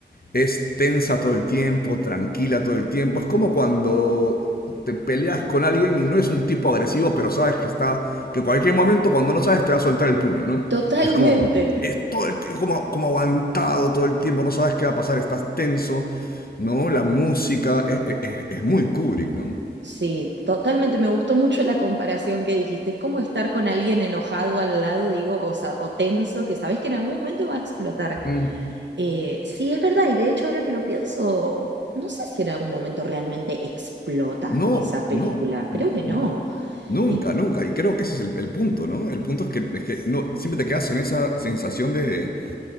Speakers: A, on the left (about 55°); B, on the right (about 75°).
A: es tensa todo el tiempo, tranquila todo el tiempo. Es como cuando te peleas con alguien y no es un tipo agresivo, pero sabes que está, que en cualquier momento cuando no sabes te va a soltar el puño, ¿no?
B: Totalmente.
A: Es como, es todo el tiempo, como, como aguantado todo el tiempo, no sabes qué va a pasar, estás tenso, ¿no? La música es, es- es- es muy Kubrick, ¿no?
B: Sí, totalmente. Me gustó mucho la comparación que dijiste. Es como estar con alguien enojado al lado, digo, o, sa- o tenso, que sabes que en algún momento va a explotar.
A: Mm.
B: Eh, sí, es verdad. Y de hecho, ahora que lo pienso, no sé si en algún momento realmente explota
A: No,
B: esa película.
A: no,
B: Creo
A: no,
B: que
A: no.
B: no.
A: Nunca,
B: Es-
A: nunca. Y creo que ese es el, el punto, ¿no? El punto es que, es que no, siempre te quedas en esa sensación de,